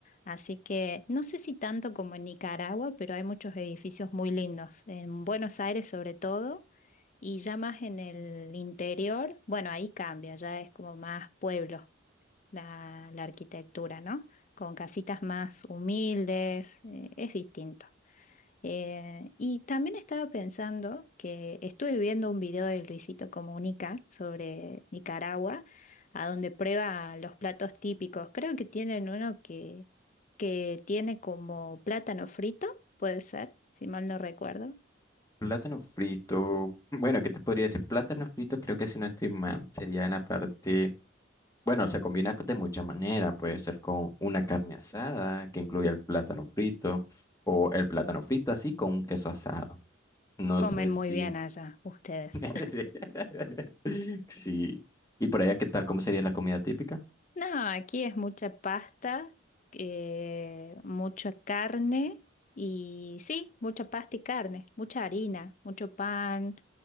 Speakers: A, on the left; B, on the left.
A: Así que no sé si tanto como en Nicaragua, pero hay muchos edificios muy lindos, en Buenos Aires sobre todo, y ya más en el interior, bueno, ahí cambia, ya es como más pueblo la, la arquitectura, ¿no? Con casitas más humildes, eh, es distinto. Eh, y también estaba pensando que estuve viendo un video de Luisito Comunica sobre Nicaragua, a donde prueba los platos típicos. Creo que tienen uno que, que tiene como plátano frito, puede ser, si mal no recuerdo.
B: Plátano frito. Bueno, ¿qué te podría decir? Plátano frito, creo que si no estoy mal, sería en la parte. Bueno, se combina de mucha manera. Puede ser con una carne asada que incluye el plátano frito o el plátano frito así con un queso asado. No
A: Comen
B: sé
A: muy
B: si.
A: bien allá ustedes.
B: <laughs> Sí. ¿Y por allá qué tal? ¿Cómo sería la comida típica?
A: No, aquí es mucha pasta, eh, mucha carne y sí, mucha pasta y carne, mucha harina, mucho pan